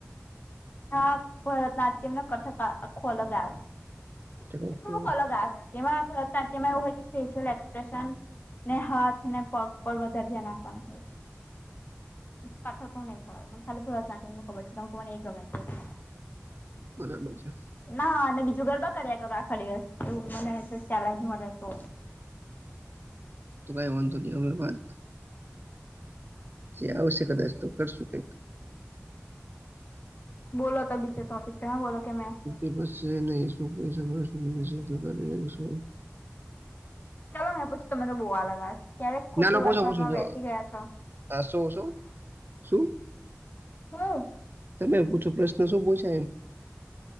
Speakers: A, on the left; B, on the right.
A: હા ભરતનાટ્યમ ના કથકા આખો લગ આવે.
B: ઠીક ઓકે
A: થોડુંક અલગ આવે જેમાં ભરત નાટ્યમ માં એઉ હોય. કી ફેશિયલ એક્સપ્રેશન ને હાથ ને પગ પર વધારે ધ્યાન આપવાનું હોય.
B: હ
A: કથકો નઈ ખબર મને મને ખાલી ભરત નાટ્યમ નો ખબર છે કારણ કે મને એ ગમે છે એટલે.
B: બરાબર છે.
A: ના અને બીજું ગરબા કર્યા કરો આખા દિવસ એવું મને જો ચેલેન્જ મળે તો.
B: તો કાઈ વાંદો નઈ હવે વાત. એ આવશે કદાચ તો કરશું કઈક
A: બોલો તો બીજે ટોપીક તમે બોલો કે મેં?
B: એ પછી નહી શું પૈસા મળશે મને જોશું કરીલે શું.
A: ચાલો મેં પૂછ તમે તો બહુ અલગ ક્યારેક ખોટી
B: ના ના
A: બસમાં
B: પછો પૂછો
A: તમે
B: જો
A: બેસી ગયા છો
B: શું શું શું
A: હા
B: તમે પૂછો પ્રશ્ન શું પૂછાય એમ